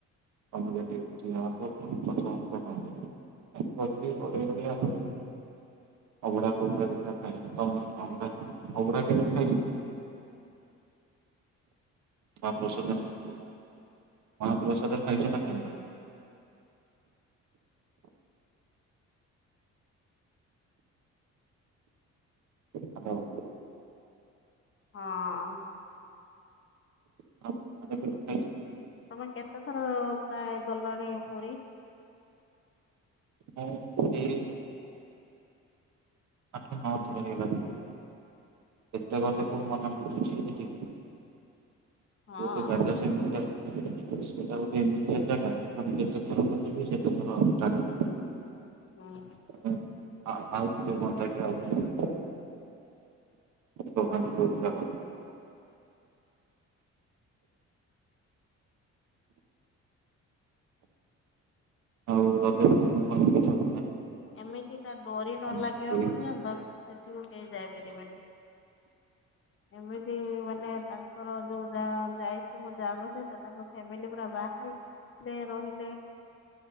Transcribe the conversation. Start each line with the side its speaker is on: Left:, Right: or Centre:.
Right: ତମେ ଯଦି ଠିଆ ହବ ପୁଣି ପଛ ଘୁଞ୍ଚା କଣ କରିବ। ଏମିତି କରିକି ଗଡେଇ ଗଡେଇ ଆଗରେ ଅଭଡା ଫଭଡା ଦିଟା ଖାଇଲୁ ତମେ ଅଭଡା ଅଭଡା କେବେ ଖାଇଛ <unintelligible> ପ୍ରସାଦ ଖାଇଚ ନା ଖା ହ୍ୟାଲୋ।
Left: ହଁ।
Right: ମହାପ୍ରସାଦ କେବେ ଖାଇଛ?
Left: ତମେ କେତେ ଥର ପ୍ରାୟ ଗଲଣି ପୁରୀ?
Right: ମୁଁ ପୁରୀ ଆଠ ନଅ ଥର ହେଇଗଲାଣି ଏତେ ଗଲେ କୋଉ ମନ ବୁଝୁଛି ସେଠିକି
Left: ହଁ।
Right: ଗୋଟେ ଜାଗା ସେମିତି ସେଟା <unintelligible> ଗଲେ ବି ସେତେ ଥର ଟାଣିବ
Left: ହଁ।
Right: ମାନେ ଆଉ ଥରେ ହୁଅନ୍ତା କି ଆଉ ଟିକେ ଦୋକାନ
Left: ହଁ।
Right: ଯୋଉଠି ଯାକ। ଆଉ ରଜରେ ତମେ କଣ ପିଠାପଣା
Left: ଏମିତି ତା ଡୋରି ନ
Right: କଣ
Left: ଲାଗିବା
Right: କରି
Left: ପର୍ଯ୍ୟନ୍ତ ସେଠିକୁ କେହି ଯାଇପାରିବେନି। ଏମିତି ମାନେ ତାଙ୍କର ଯୋଉ ଯା ଯାଇଛି ମୋ ଯାଙ୍କ ସହିତ ତାଙ୍କ ଫ୍ୟାମିଲି ପୁରା ବାହାହେଇ ରେ ରହିଲେ